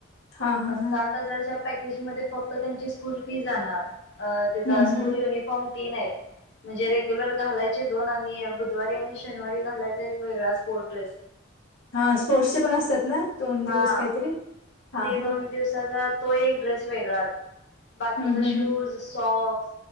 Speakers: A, on the left (about 90°); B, on the left (about 60°).
A: हा हा
B: म सात
A: हा
B: हजारच्या प मग फक्त त्यांची स्कूल फी जाणार. अ त्याझा
A: हम्म
B: स्कूल
A: हम्म
B: युनिफॉर्म तीन आहेत म्हणजे रेग्युलर घालायचे दोन आणि बुधवारी आणि शनिवारी घालायचा एक वेगळा स्पोर्ट ड्रेस.
A: हा स्पोर्ट्सचे पण असतात ना दोन दिवस
B: हां
A: काहीतरी, हा
B: ते
A: हा
B: दोन दिवसात तो एक ड्रेस वेगळाच. बाकीचा
A: हम्म हम्म
B: शूज
A: हम्म
B: सॉक,